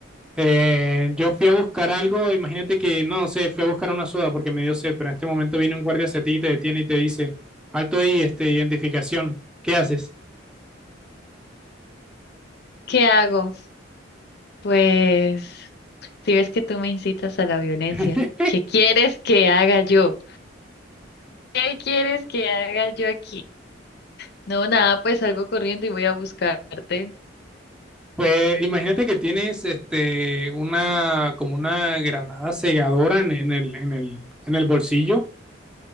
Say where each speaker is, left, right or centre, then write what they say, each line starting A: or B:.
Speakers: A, in the centre; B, on the left (about 60°).
A: Eh, yo fui a buscar algo, imagínate que, no sé, fui a buscar una soda porque me dio sed, pero en este momento viene un guardia hacia ti y te detiene y te dice, alto ahí, este, identificación, ¿qué haces?
B: ¿qué hago? Pues si ves que tú me incitas a la violencia,
A: <laughs>
B: ¿qué quieres que haga yo? ¿Qué quieres que haga yo aquí? No, nada, pues salgo corriendo y voy a buscarte.
A: Pues imagínate que tienes este una como una granada segadora en, en el, en el, en el bolsillo